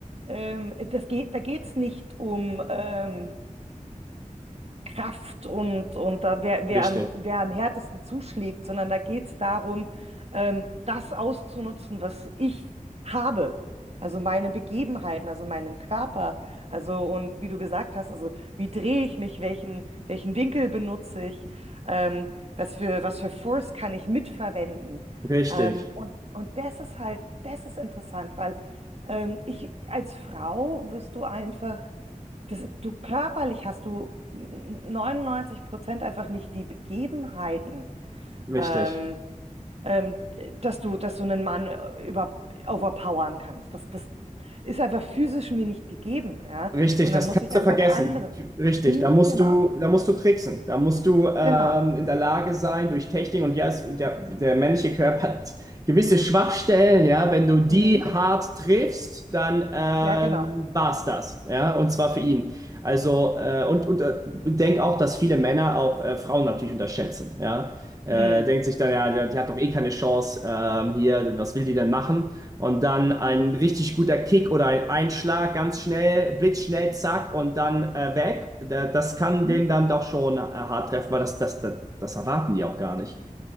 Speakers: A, on the right (about 50°); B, on the right (about 25°).
A: ähm, das geht, da geht es nicht um, ähm, Kraft und, und da, wer, wer
B: Richtig.
A: am, wer am härtesten zuschlägt, sondern da geht es darum, ähm, das auszunutzen, was ich habe. Also meine Begebenheiten, also meinen Körper, also und wie du gesagt hast, also wie drehe ich mich, welchen, welchen Winkel benutze ich, ähm, was für, was für Force kann ich mitverwenden.
B: Richtig.
A: Ähm, und, und das ist halt, das ist interessant, weil ähm, ich als Frau wirst du einfach das, du körperlich hast du 99 Prozent einfach nicht die Begebenheiten,
B: Richtig.
A: ähm, ähm, dass du, dass du einen Mann äh, über, overpowern kannst. Das, das ist einfach physisch mir nicht gegeben, ja.
B: Richtig,
A: Und
B: das
A: dann muss
B: kannst
A: ich einfach
B: du vergessen.
A: andere.
B: Richtig,
A: Mhm,
B: da musst
A: genau,
B: du, da musst du tricksen. Da musst du ähm,
A: genau.
B: in der Lage sein, durch Technik und ja, es, der, der männliche Körper hat gewisse Schwachstellen, ja. Wenn du die
A: Mhm,
B: hart triffst, dann ähm,
A: ja, genau.
B: war's das, ja. Und zwar für ihn. Also äh, und, und äh, denk auch, dass viele Männer auch äh, Frauen natürlich unterschätzen, ja. Äh,
A: Mhm.
B: denkt sich dann, ja, die, die hat doch eh keine Chance ähm, hier, was will die denn machen? Und dann ein richtig guter Kick oder ein Einschlag, ganz schnell, blitzschnell, zack, und dann äh, weg. Da- Das kann
A: Mhm.
B: den dann doch schon äh, hart treffen, weil das, das, das, das erwarten die auch gar nicht.